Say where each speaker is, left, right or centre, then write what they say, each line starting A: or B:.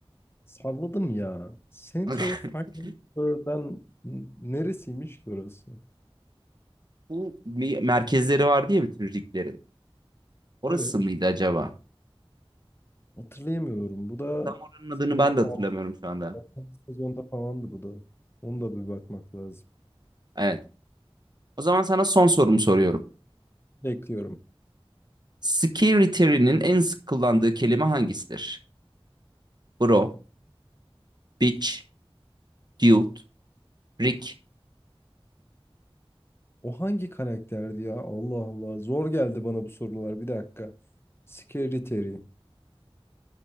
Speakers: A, on the left (about 25°); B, on the right (about 45°).
A: Salladım ya. Central
B: <laughs>
A: Fire'dan neresiymiş ki orası?
B: Bu bir merkezleri var diye bütün riglerin. Orası
A: Evet.
B: mıydı acaba?
A: Hatırlayamıyorum. Bu da
B: Tam oranın adını
A: sanırım
B: ben de hatırlamıyorum şu anda.
A: 6. sezonda falandı bu da. Onu da bir bakmak lazım.
B: Evet. O zaman sana son sorumu soruyorum.
A: Bekliyorum.
B: Security'nin en sık kullandığı kelime hangisidir? Bro, bitch, dude, Rick.
A: O hangi karakterdi ya? Allah Allah. Zor geldi bana bu sorular. Bir dakika. Scary Terry.